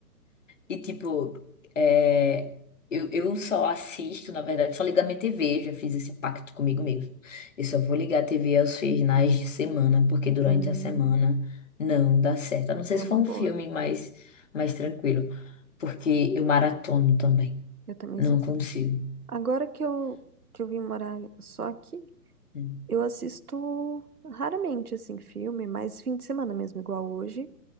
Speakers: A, on the left; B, on the right.
A: E tipo, é, eu, eu só assisto, na verdade, só ligo a minha TV, já fiz esse pacto comigo mesmo. Eu só vou ligar a TV aos finais de semana, porque durante
B: Hum,
A: a semana não dá certo. A não ser
B: é
A: se
B: uma
A: for
B: boa.
A: um filme mais, mais tranquilo, porque eu maratono também.
B: Eu também
A: Não
B: sou.
A: consigo.
B: Agora que eu, que eu vim morar só aqui,
A: Hum.
B: eu assisto raramente, assim, filme, mais fim de semana mesmo, igual hoje.